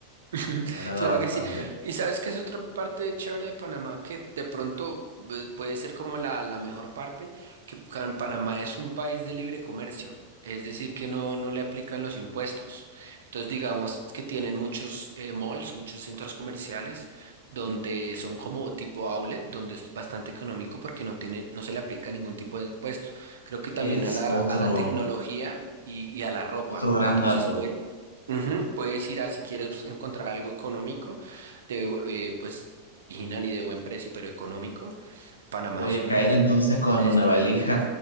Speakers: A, on the right; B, on the left.
A: <laughs>
B: Me agrada
A: Claro
B: bastante.
A: que sí. Y sabes que es otra parte chévere de Panamá que de pronto eh, puede ser como la, la mejor parte, que Pan- Panamá es un país de libre comercio, es decir, que no, no le aplican los impuestos. Entonces, digamos que tienen muchos eh, malls, muchos centros comerciales, donde son como tipo outlet, donde es bastante económico porque no tiene, no se le aplica ningún tipo de impuesto. Creo que
B: ¿Ves?
A: también a la,
B: Otro,
A: a la tecnología y, y a la ropa.
B: otro gran
A: Entonces,
B: dato.
A: pues, Ujú, Puedes ir a si quieres pues, encontrar algo económico, de, eh, pues original y de buen precio, pero económico. Panamá
B: Voy
A: es
B: a
A: un
B: caer
A: es-
B: entonces
A: es
B: con
A: destino
B: una valija.